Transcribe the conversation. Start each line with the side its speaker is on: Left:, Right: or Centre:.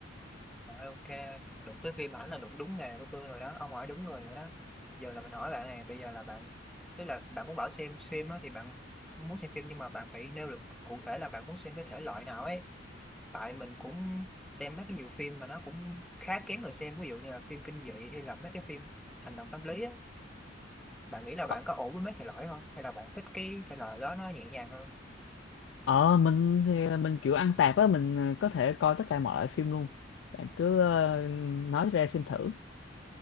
Centre: Rồi ok, đụng tới phim ảnh là đụng đúng nghề của tôi rồi đó, ông hỏi đúng người rồi đó. Giờ là mình hỏi bạn này, bây giờ là bạn, tức là bạn muốn bảo xem phim á, thì bạn muốn xem phim nhưng mà bạn phải nêu được cụ thể là bạn muốn xem cái thể loại nào ấy. Tại mình cũng xem mấy cái nhiều phim mà nó cũng khá kén người xem, ví dụ như là phim kinh dị hay là mấy cái phim hành động tâm lý á. Bạn nghĩ là
Left: Ờ,
Centre: bạn có ổn với mấy thể loại đó không? Hay là bạn thích cái thể loại đó nó nhẹ nhàng hơn?
Left: ờ, mình thì mình kiểu ăn tạp á mình ờ, có thể coi tất cả mọi loại phim luôn bạn cứ ờ, nói ra xem thử